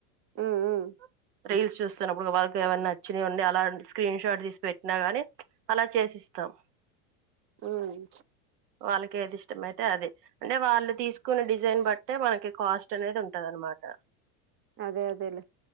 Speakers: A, on the right (about 30°); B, on the right (about 85°).
A: ఉమ్ ఉమ్
B: రిల్స్ చు నప్పుడు వాళ్ళకి ఏమైనా నచ్చియ్ ఉడి అలా స్క్రీన్ షాట్ తీసి పెట్టినా గాని అలా చేసిస్తాం
A: హుమ్
B: వాళ్ళకి ఏది ఇష్టమయితే అదే అంటే వాళ్ళు తీసుకున్న డిజైన్ బట్టే మనకి కాస్ట్ అనేది ఉంటది అనమాట్ ట
A: అదే అదేలే